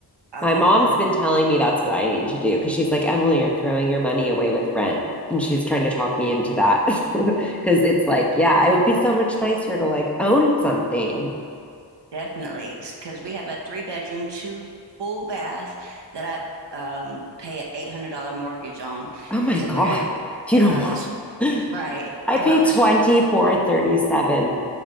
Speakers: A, on the right; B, in the centre.
A: um
B: My mom's been telling me that's what I need to do because she's like, Emily, you're throwing your money away with rent. And she's trying to talk me into that <laughs> because it's like, yeah, it would be so much nicer to like own something.
A: definitely because we have a three bedroom, two full bath that I um pay an $800 mortgage on
B: Oh my
A: to
B: God.
A: where
B: You
A: if
B: don't
A: I
B: want.
A: was
B: <gasps>
A: right,
B: <laughs> I
A: if
B: pay
A: I was
B: 2437.